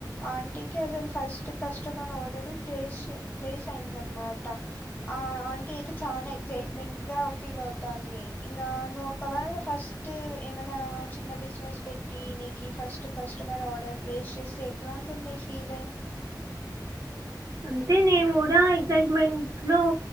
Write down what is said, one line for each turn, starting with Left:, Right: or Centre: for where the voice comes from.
Left: ఆంటీకి అసలు first customer order place place అయిందనమాట ఆ ఆంటీ అయితే చానా ఎక్సయిటమెంట్ గా ఫీల్ అవుతాంది ఇంగ నువ్వు ఒకవేళ ఫస్ట్ ఏమైనా చిన్న బిజినెస్ పెట్ టీ నీకి ఫస్ట్ కస్టమర్ ఆర్డర్ ప్లేస్ చేస్తే ఎట్లా ఉంటుంది ఫీల్
Right: అంటే నేను కూడా ఎక్సైట్మెంట్ లో